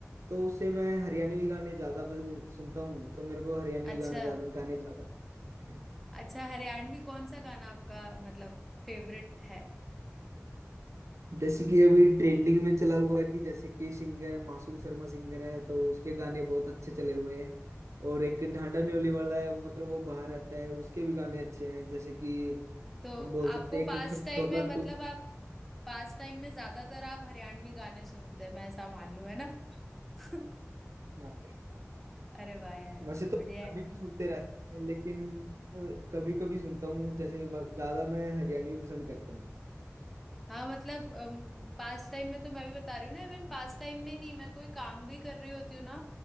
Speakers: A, on the right (about 70°); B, in the centre.
A: तो उससे मैं हरियाणवी गाने ज्यादा पस- सुनता हूँ तो मेरे को हरियाणवी
B: अच्छा
A: गाना ज्यादा गाने ज्यादा <laughs>
B: अच्छा हरियाणवी कौन सा गाना आपका मतलब फेवरेट है
A: जैसे कि अभी ट्रेंडिंग में चला हुआ है कि जैसे कि सिंगर है मासूम शर्मा सिंगर है तो उसके गाने बहुत अच्छे चले हुए हैं और एक ढांडा न्योली वाला है मतलब वो बाहर रहता है उसके भी गाने अच्छे हैं जैसे कि
B: तो
A: हम बोल
B: आपको
A: सकते हैं
B: पास
A: एक खटोला
B: टाइम में मतलब
A: टू
B: आप पास टाइम में ज्यादातर आप हरियाणवी गाने सुनते हैं मैं ऐसा मान लूं है ना <laughs>
A: हाँ
B: अरे वाह यार
A: वैसे तो
B: बढ़िया है।
A: अभी भी सुनते रहते हैं लेकिन कभी कभी सुनता हूँ जैसे व- ज्यादा मैं हरियाणवी पसंद करता हूँ
B: हाँ मतलब पास टाइम में तो मैं भी बता रही हूँ ना इवन पास टाइम में नहीं मैं कोई काम भी कर रही होती हूँ ना